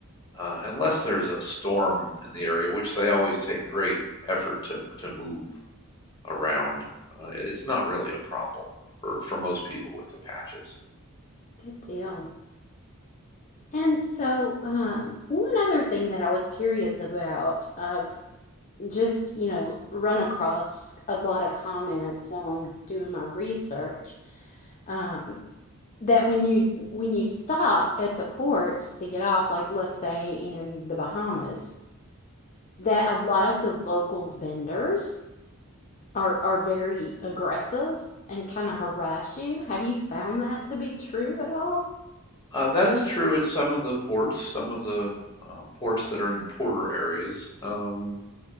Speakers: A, on the left; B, on the left.
A: uh, unless there's a storm in the area, which they always take great effort to, to move around, uh, it's not really a problem for, for most people with the patches.
B: Good deal. And so, um, one other thing that I was curious about, I've just, you know, run across a lot of comments while I'm doing my research, um, that when you when you stop at the ports to get off, like let's say in the Bahamas, that a lot of the local vendors are are very aggressive and kind of harass you. Have you found that to be true at all?
A: Uh, that is true at some of the ports, some of the uh, ports that are in poorer areas. Um,